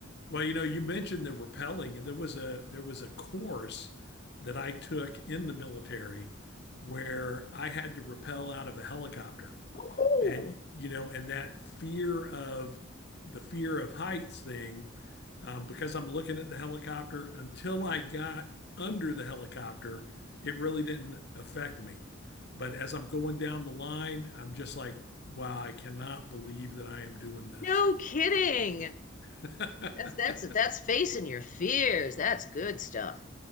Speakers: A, on the left; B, on the left.
A: Well, you know, you mentioned the rappelling, and there was a there was a course that I took in the military where I had to rappel out of a helicopter.
B: Oh,
A: And you know, and that fear of the fear of heights thing, um, because I'm looking at the helicopter until I got under the helicopter, it really didn't affect me. But as I'm going down the line, I'm just like, wow, I cannot believe that I am doing this.
B: no kidding.
A: <laughs>
B: That's that's that's facing your fears. That's good stuff.